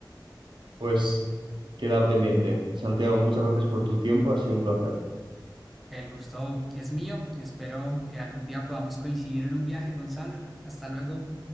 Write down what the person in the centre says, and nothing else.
El gusto es mío. Espero que algún día podamos coincidir en un viaje, Gonzalo. Hasta luego.